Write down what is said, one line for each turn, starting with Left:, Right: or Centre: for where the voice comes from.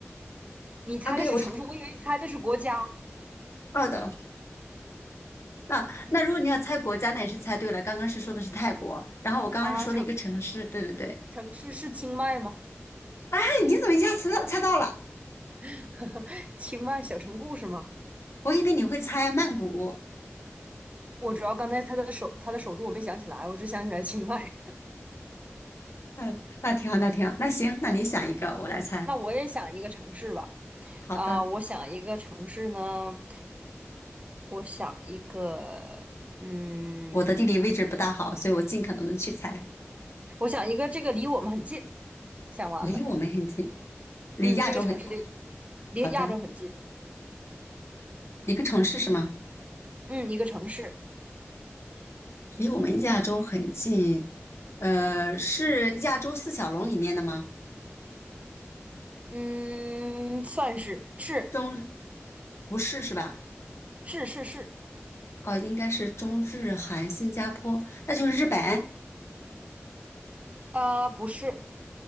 Right: 你猜的是城市，
Left: 啊，对，我是知
Right: 我以为猜的是国家
Left: 道的。那那如果你要猜国家，那也是猜对了。刚刚是说的是泰国，然后我刚刚是说的一个城市，
Right: 啊。城
Left: 对对对。
Right: 城市是清迈吗？
Left: 哎，你怎么一下子猜到猜到了？
Right: <laughs> 清迈小城故事吗？
Left: 我以为你会猜曼谷。
Right: 我主要刚才它的首它的首都我没想起来，我只想起来清迈。
Left: 嗯，那挺好，那挺好，那行，那你想一个，
Right: <laughs>
Left: 我来猜。
Right: 嗯，那我也想一个城市吧。
Left: 好的，
Right: 啊，我想一个城市呢，我想一个，嗯，
Left: 我的地理位置不大好，所以我尽可能的去猜，
Right: 我想一个，这个离我们很近。想完了，
Left: 离我们很近，离亚洲很近。
Right: 嗯，这个城市离离亚洲很近，
Left: 好的。一个城市是吗？
Right: 嗯，一个城市，
Left: 离我们亚洲很近，呃，是亚洲四小龙里面的吗？
Right: 嗯，算是是
Left: 中，不是是吧？
Right: 是是是，
Left: 哦，应该是中日韩新加坡，那就是日本，
Right: 呃，不是